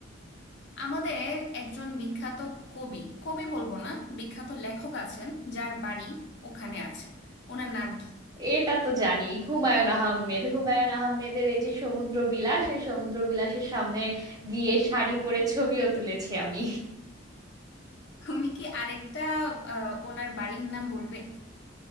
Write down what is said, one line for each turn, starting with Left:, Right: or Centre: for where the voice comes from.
Left: আমাদের একজন বিখ্যাত কবি কবি বলবো না বিখ্যাত লেখক আছেন যার বাড়ি ওখানে আছে ওনার নাম কি
Right: এটা তো জানি হুমায়ুন আহমেদ হুমায়ুন আহমেদের এই যে সমুদ্র বিলাস ওই সমুদ্র বিলাসের সামনে গিয়ে শাড়ি পরে ছবিও তুলেছি আমি
Left: তুমি কি আরেকটা আহ, ওনার বাড়ির নাম বলবে